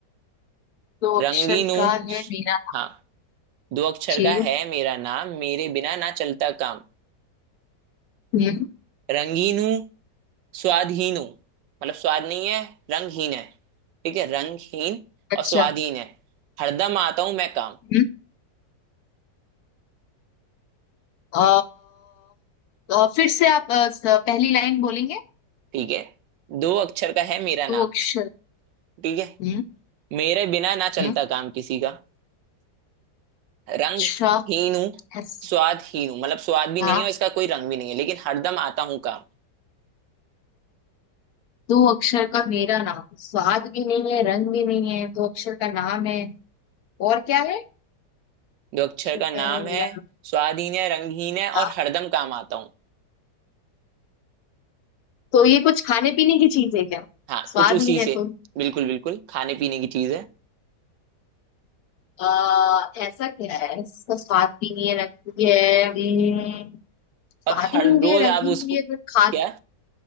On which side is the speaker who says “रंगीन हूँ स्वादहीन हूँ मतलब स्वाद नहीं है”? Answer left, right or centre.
Right